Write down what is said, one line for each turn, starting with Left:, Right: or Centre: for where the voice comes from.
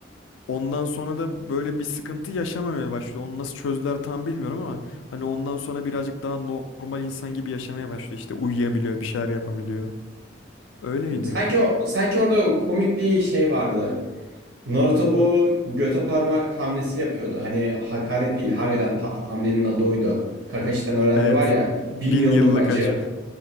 Left: Ondan sonra da böyle bir sıkıntı yaşamamaya başlıyor. Onu nasıl çözdüler tam bilmiyorum ama hani ondan sonra birazcık daha normal insan gibi yaşamaya başlıyor. İşte uyuyabiliyor, bir şeyler yapabiliyor. Öyleydi.
Right: Sanki o, sanki orada o komik bir şey vardı. Naruto bu göte parmak hamlesi yapıyordu. Hani hakaret değil, harbiden pa- hamlenin adı oydu. Kakashi'den öğrendi
Left: Evet,
Right: var ya,
Left: bin
Right: bin yıllık
Left: yıllık
Right: acı.
Left: acı.